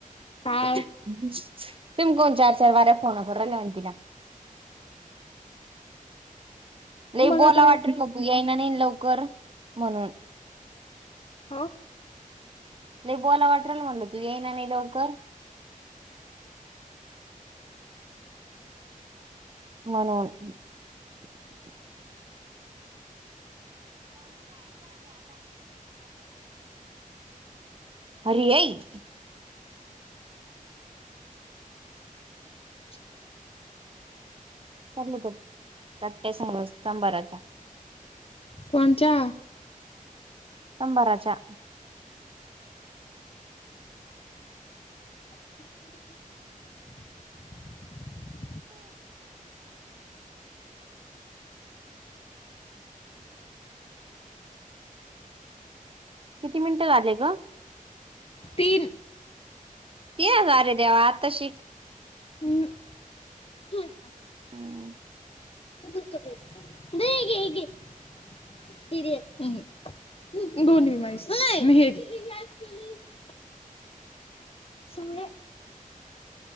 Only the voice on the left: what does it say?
काय
मग
आता काय
अ.
रिकामा ऑडिओ
कोनच्या?
रिकामा ऑडिओ
तीन
अहं हं.
<unintelligible> हर घे. <unintelligible> सुन ले.